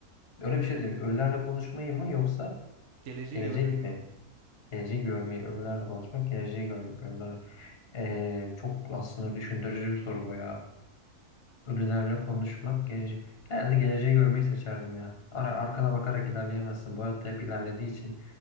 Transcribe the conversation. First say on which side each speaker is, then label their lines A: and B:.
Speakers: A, on the left; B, on the right.
A: öyle bir şey değil. Ölülerle konuşmayı mı yoksa
B: Geleceği
A: geleceğe
B: görmeyi
A: gitmeyi
B: mi?
A: mi? Geleceği görmeyi, ölülerle konuşmak, geleceği görmek. Ölüler... Ee, çok aslında düşündürücü bir soru bu ya. Ölülerle konuşmak geleceği. Herhalde geleceği görmeyi seçerdim ya. Ara, arkana bakarak ilerleyemezsin. Bu hayatta hep ilerlediği için